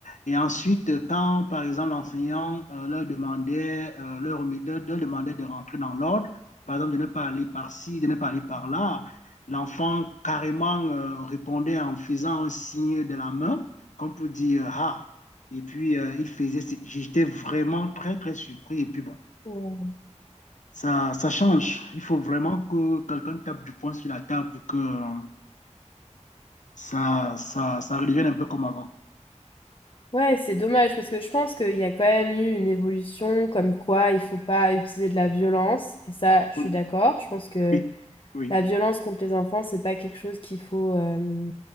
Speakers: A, on the left; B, on the left.
A: Et ensuite, quand, par exemple, l'enseignant euh, leur demandait, euh, leur, remit- leur- leur demandait de rentrer dans l'ordre, par exemple, de ne pas aller par-ci, de ne pas aller par-là, l'enfant carrément euh, répondait en faisant un signe de la main, comme pour dire euh, «ah». Et puis, euh, il faisait, j'étais vraiment très, très surpris. Et puis, bon,
B: euh,
A: ça, ça change. Il faut vraiment que quelqu'un tape du poing sur la table pour que euh, ça, ça, ça redevienne un peu comme avant.
B: Ouais, c'est dommage parce que je pense qu'il y a quand même eu une évolution comme quoi il faut pas utiliser de la violence. Et ça, je
A: Oui,
B: suis d'accord. Je pense que
A: oui, oui.
B: la violence contre les enfants, c'est pas quelque chose qu'il faut euh,